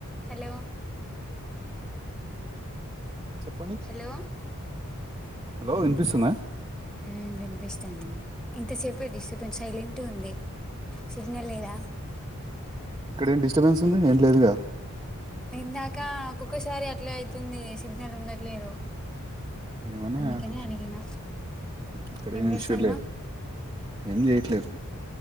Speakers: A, in the centre; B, on the right.
A: హలో
B: చెప్పండి
A: హాల్లో
B: హలో వినిపిస్తుందా
A: మ్మ్ వినిపిస్తాంది ఇంతసేపు డిస్టర్బెన్స్ సైలెంటు గుంది సిగ్నల్ లేదా
B: ఇక్కడ ఏం డిస్టబెన్స్ ఉంది ఏం లేదుగా
A: ఇందాక ఒక్కొక్కసారి అట్లే అయితుంది సిగ్నల్ ఉండట్లేదు
B: ఏనాపి
A: అందుకనే అడిగిన
B: ఇక్కడ
A: ఏం చేస్తాన్నావ్
B: ఇషూ లేదు ఏం చేయట్లేదు